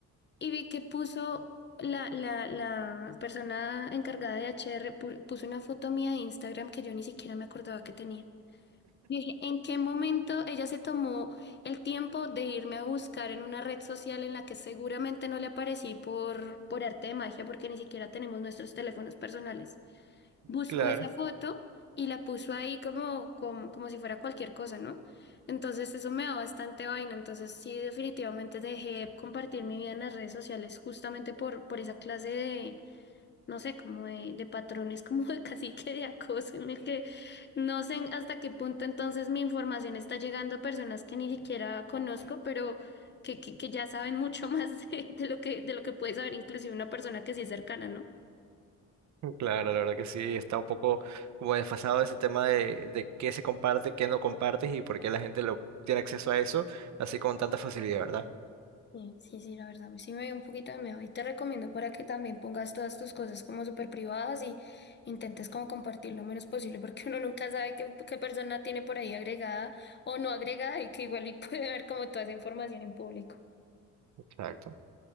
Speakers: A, on the left; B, on the right.
A: y vi que puso la, la, la persona encargada de HR, pu- puso una foto mía de Instagram que yo ni siquiera me acordaba que tenía. Yo dije, ¿en qué momento ella se tomó el tiempo de irme a buscar en una red social en la que seguramente no le aparecí por, por arte de magia, porque ni siquiera tenemos nuestros teléfonos personales? Buscó
B: Claro.
A: esa foto y la puso ahí como, como, como si fuera cualquier cosa, ¿no? Entonces eso me da bastante vaina. Entonces sí, definitivamente dejé compartir mi vida en las redes sociales justamente por, por esa clase de, no sé, como de, de patrones, <laughs> como de cacique de acoso, en el que no sé hasta qué punto entonces mi información está llegando a personas que ni siquiera conozco, pero que, que, que ya saben mucho <laughs> más de, de lo que, de lo que puede saber inclusive una persona que sí es cercana, ¿no?
B: Claro, la verdad que sí, está un poco como desfasado ese tema de, de qué se comparte, qué no compartes y por qué la gente lo tiene acceso a eso así con tanta facilidad, ¿verdad?
A: Sí, sí, sí, la verdad, sí me dio un poquito de miedo y te recomiendo para que también pongas todas tus cosas como súper privadas y intentes como compartir lo menos posible porque uno nunca sabe qué, qué persona tiene por ahí agregada o no agregada y que igual y <laughs> puede ver como toda esa información en público.
B: Exacto.